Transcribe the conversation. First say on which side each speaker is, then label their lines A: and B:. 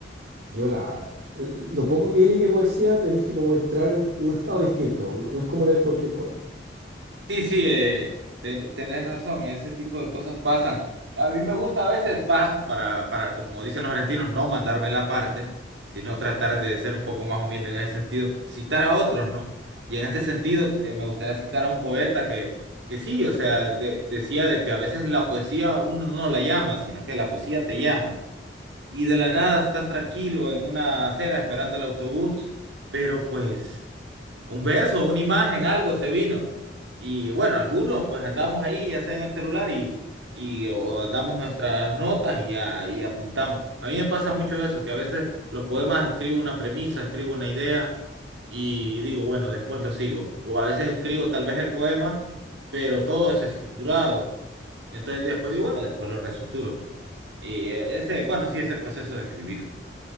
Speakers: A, on the right; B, on the right.
A: yo la... Lo poco que leí que poesía, tenés que como entrar en un estado distinto, no no es como leer cualquier cosa.
B: Sí, sí, eh, te- tenés razón, ese tipo de cosas pasan. A mí me gusta a veces, va, para, para, como dicen los argentinos, no mandarme la parte, sino tratar de ser un poco más humilde en ese sentido, citar a otros, ¿no? Y en este sentido, eh, me gustaría citar a un poeta que, que sí, o sea, de- decía de que a veces la poesía uno no la llama, sino que la poesía te llama. Y de la nada estás tranquilo en una acera esperando el autobús, pero pues un verso, una imagen, algo se vino. Y bueno, algunos pues andamos ahí, ya sea en el celular y, y o andamos nuestras notas y, a- y apuntamos. A mí me pasa mucho eso, que a veces los poemas escribo una premisa, escribo una idea y digo, bueno, después lo sigo. O a veces escribo tal vez el poema, pero todo es estructurado. Entonces después digo, bueno, después lo reestructuro. Y eh, ese, bueno, sí, ese proceso de escribir. ¿no?